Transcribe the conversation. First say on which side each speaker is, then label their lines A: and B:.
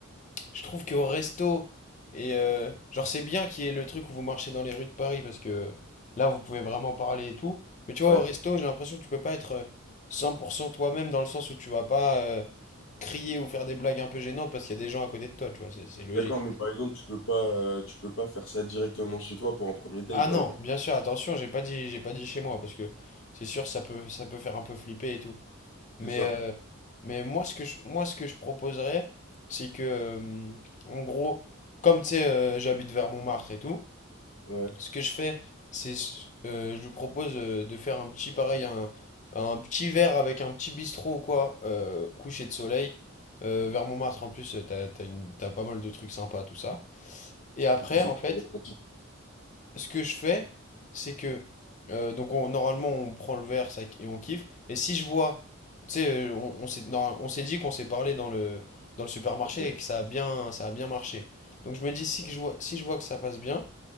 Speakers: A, on the left; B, on the left.
A: Je trouve qu'au resto, et euh, genre, c'est bien qu'il y ait le truc où vous marchez dans les rues de Paris parce que là, vous pouvez vraiment parler et tout. Mais tu vois,
B: ouais.
A: au resto, j'ai l'impression que tu peux pas être euh, 100% toi-même dans le sens où tu vas pas euh, crier ou faire des blagues un peu gênantes parce qu'il y a des gens à côté de toi, tu vois, c'est c'est logique.
B: D'accord, mais par exemple, tu peux pas, euh, tu peux pas faire ça directement chez toi pour un premier date,
A: Ah non,
B: par exemple.
A: bien sûr, attention, j'ai pas dit, j'ai pas dit chez moi parce que c'est sûr, ça peut, ça peut faire un peu flipper et tout. Mais,
B: C'est ça.
A: euh, mais moi, ce que je, moi, ce que je proposerais, c'est que, euh, en gros, comme tu sais, euh, j'habite vers Montmartre et tout.
B: Ouais.
A: Ce que je fais, c'est euh, je vous propose euh, de faire un petit pareil, un, un petit verre avec un petit bistrot ou quoi, euh, coucher de soleil, euh, vers Montmartre en plus, euh, t'as, t'as une- t'as pas mal de trucs sympas, tout ça. Et après,
B: Du coup, c'est
A: en
B: très
A: fait,
B: romantique,
A: ce que je fais, c'est que euh, donc on- normalement on prend le verre ça, et on kiffe. Et si je vois, tu sais, euh, on, on s'est normal- on s'est dit qu'on s'est parlé dans le, dans le supermarché
B: ouais.
A: et que ça a bien, ça a bien marché. Donc je me dis si que je vois, si je vois que ça passe bien.